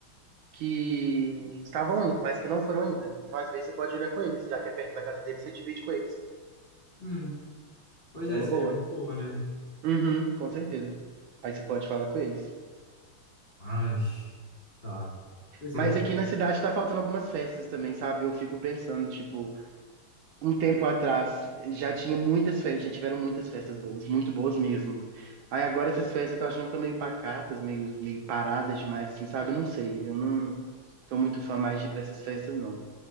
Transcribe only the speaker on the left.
Hum, pois
é,
seria
muito boa, né?
Ai, tá. Pois
é,